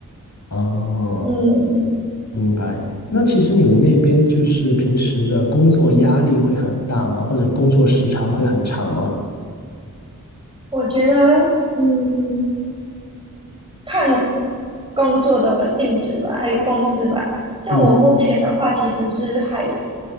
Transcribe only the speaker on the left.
哦，
明白。那其实你们那边就是平时的工作压力会很大吗？或者工作时长会很长吗？
嗯，